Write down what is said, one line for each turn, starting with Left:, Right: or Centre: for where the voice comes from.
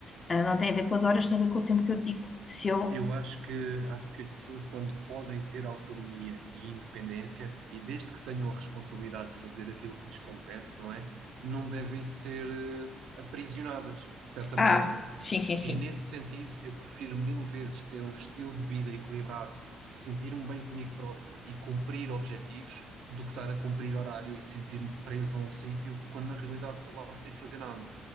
Left: Ah, não tem a ver com as horas, tem a ver com o tempo que eu dedico. Se eu.
Right: Eu acho que, acho que as pessoas, quando podem ter autonomia e independência, e desde que tenham a responsabilidade de fazer aquilo que lhes compete, não é? Não devem ser eh, aprisionadas, de certa
Left: Ah,
Right: maneira.
Left: sim, sim, sim.
Right: E nesse sentido, eu prefiro mil vezes ter um estilo de vida equilibrado, sentir-me bem comigo próprio e cumprir objetivos, do que estar a cumprir horário e sentir-me preso a um sítio, quando na realidade estou lá sem fazer nada.